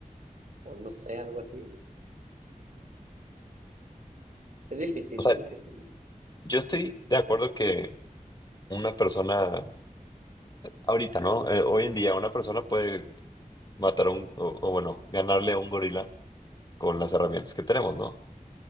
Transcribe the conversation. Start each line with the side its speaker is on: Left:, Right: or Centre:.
Right: o no sé, algo así, es difícil,
Left: o sea,
Right: es difícil.
Left: yo estoy de acuerdo que una persona, ahorita, ¿no? Eh, hoy en día una persona puede matar a un, o, o bueno, ganarle a un gorila con las herramientas que tenemos, ¿no?